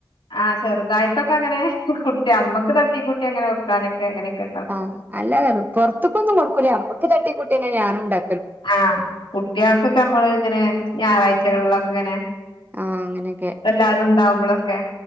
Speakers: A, on the left; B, on the right.
A: ആഹ് ചെർതായിട്ടൊക്കെങ്ങനെ കുട്ടി അമ്മക്ക് തട്ടി കൂട്ടി അങ്ങനെ വെക്കാനൊക്കെ അങ്ങനൊക്കെ ഇണ്ടാക്കും.
B: ആഹ് അല്ല പൊർത്ത്ക്കൊന്നും കൊടുക്കൂല്ല അമ്മക്ക് തട്ടി കൂട്ട്യന്നെ ഞാനുണ്ടാ
A: ആഹ് കുട്ട്യാൾക്കൊക്കെ അമ്മള് ഇങ്ങനെ ഞാറാഴ്ചകളിലൊക്കെ ഇങ്ങനെ
B: ആഹ് അങ്ങനെയൊക്കെ
A: എല്ലാരും ഇണ്ടാവുമ്പോളൊക്കെ